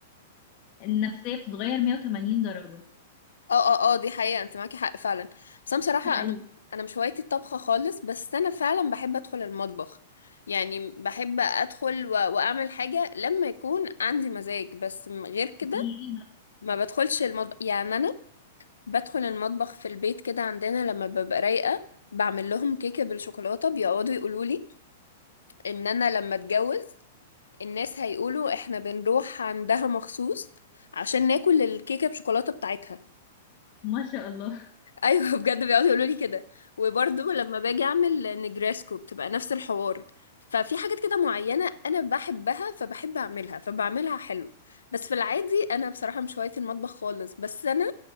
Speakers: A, on the left; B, on the left.
A: النفسية بتتغير 180 درجة
B: اه اه اه دي حقيقة انت معاكي حق فعلا بس انا بصراحة
A: ايوه
B: انا انا مش هوايتي الطبخة خالص بس انا فعلا بحب ادخل المطبخ يعني بحب ادخل و... واعمل حاجة لما يكون عندي مزاج بس م- غير كده
A: حقيقي
B: ما بدخلش المطبخ يعني انا بدخل المطبخ في البيت كده عندنا لما ببقى رايقة بعمل لهم كيكة بالشوكولاتة بيقعدوا يقولوا لي ان انا لما اتجوز الناس هيقولوا احنا بنروح عندها مخصوص عشان ناكل الكيكة بشوكولاتة بتاعتها
A: ما شاء الله
B: ايوه <laughs> بجد بيقعدوا يقولوا لي كده وبرضه لما باجي اعمل نجريسكو بتبقى نفس الحوار ففي حاجات كده معينه انا بحبها فبحب اعملها فبعملها حلو بس في العادي انا بصراحه مش هوايه المطبخ خالص بس انا